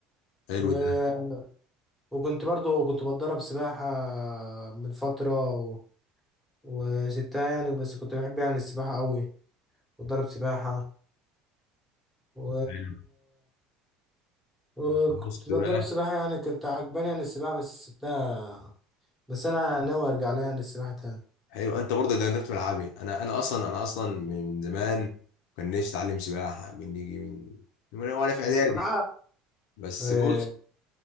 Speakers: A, on the left; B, in the centre.
A: حلو
B: و...
A: ده
B: وكنت برضو كنت بتدرب سباحه من فتره و... وسبتها يعني بس كنت بحب يعني السباحه قوي بتدرب سباحه و...
A: حلو
B: وكنت
A: طب بص
B: بتدرب
A: بقى
B: سباحه يعني كنت عجباني يعني السباحه بس سبتها بس انا ناوي ارجع لها يعني السباحه تاني
A: حلو انت برضه ده انت في ملعبي انا انا اصلا انا اصلا من من زمان كان نفسي اتعلم سباحه من نيجي من من وانا في اعدادي
B: بس بقى
A: بس
B: اه
A: بص